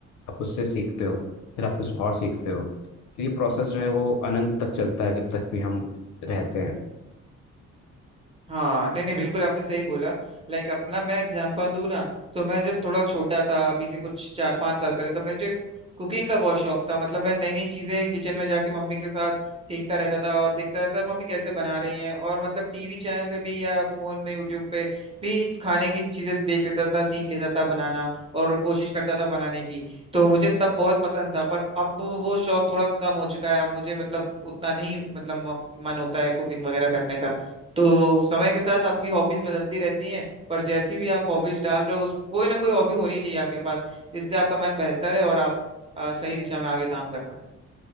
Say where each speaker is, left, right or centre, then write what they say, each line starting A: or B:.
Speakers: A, on the left (about 80°); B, on the right (about 20°).
A: आप उससे सीखते हो फिर आप कुछ और सीखते हो तो ये प्रोसेस जो है वो अनंत तक चलता है जब तक भी हम रहते हैं
B: हाँ नहीं नहीं बिल्कुल आपने सही बोला लाइक अपना मैं एग्जांपल दूं ना तो मैं जब थोड़ा छोटा था अभी से कुछ चार पांच साल पहले तो मुझे कुकिंग का बहुत शौक था मतलब मैं नई नई चीजें किचन में जाके मम्मी के साथ सीखता रहता था और देखता रहता था मम्मी कैसे बना रही हैं और मतलब टीवी चैनल पे भी या फोन में यूट्यूब पे भी खाने की चीजें देख लेता था सीख लेता था बनाना और कोशिश करता था बनाने की तो मुझे तब बहुत पसंद था पर अब वो शौक थोड़ा कम हो चुका है अब मुझे मतलब उतना नहीं मतलब म- मन होता है कुकिंग वगैरह करने का तो समय के साथ आपकी हॉबीज बदलती रहती हैं पर जैसी भी आप हॉबीज डाल रहे हो उस कोई ना कोई हॉबी होनी चाहिए आपके पास जिससे आपका मन बहलता रहे और आप अ, सही दिशा में आगे काम कर पाए